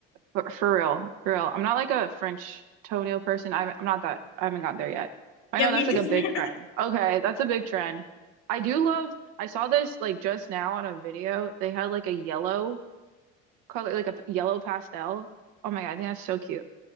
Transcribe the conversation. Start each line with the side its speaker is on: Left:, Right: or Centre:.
Right: For, for real, for real. I'm not like a French toenail person. I'm, I'm not that, I haven't gotten there yet. I
Left: Yeah,
Right: know
Left: me
Right: that's
Left: neither.
Right: like a big trend.
Left: <laughs>
Right: Okay, that's a big trend. I do love, I saw this like just now on a video. They had like a yellow color, like a p- yellow pastel. Oh my God, I think that's so cute